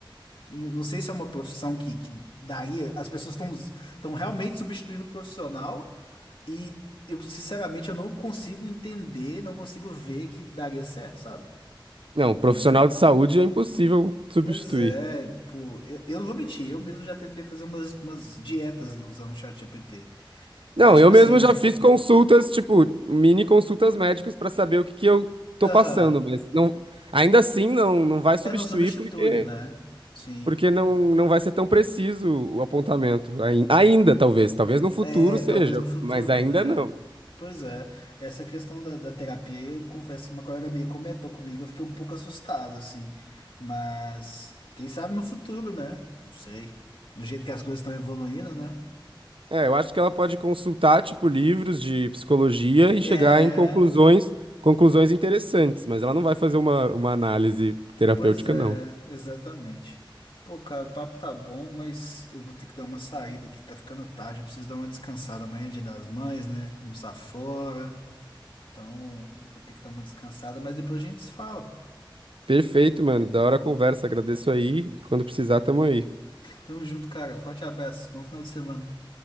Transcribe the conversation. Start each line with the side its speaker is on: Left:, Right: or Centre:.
Left: Não, não sei se é uma profissão que, que daria. As pessoas estão estão realmente substituindo o profissional. E eu, sinceramente, eu não consigo entender, não consigo ver que daria certo, sabe?
Right: Não, profissional
Left: Ne-
Right: de saúde é impossível substituir.
Left: Pois é, tipo, eu, eu não vou mentir, eu mesmo já tentei fazer umas, umas dietas usando o ChatGPT. Mas,
Right: Não,
Left: tipo
Right: eu
Left: assim,
Right: mesmo
Left: é.
Right: já fiz consultas, tipo, mini consultas médicas pra saber o que que eu tô passando,
Left: Aham,
Right: mas não, ainda assim não, não vai substituir
Left: é, não substitui,
Right: porque,
Left: né? Sim.
Right: porque não, não vai ser tão preciso o apontamento. Ai- Ainda, talvez, talvez no futuro
Left: É,
Right: seja,
Left: talvez no futuro,
Right: mas ainda
Left: né?
Right: não.
Left: Pois é, essa questão da, da terapia, eu confesso, uma colega minha comentou comigo, eu fiquei um pouco assustado, assim. Mas, quem sabe no futuro, né? Não sei. Do jeito que as coisas estão evoluindo, né?
Right: É, eu acho que ela pode consultar, tipo, livros de psicologia e
Left: É,
Right: chegar em conclusões, conclusões interessantes, mas ela não vai fazer uma, uma análise terapêutica,
Left: pois é,
Right: não.
Left: exatamente. Pô, cara, o papo tá bom, mas eu vou ter que dar uma saída aqui, tá ficando tarde, eu preciso dar uma descansada. Amanhã é Dia das Mães, né? Almoçar fora. Então, eu vou ter que dar uma descansada, mas depois a gente se fala.
Right: Perfeito, mano. Da hora a conversa. Agradeço aí. e Quando precisar, tamo aí.
Left: Tamo junto, cara. Forte abraço. Bom final de semana.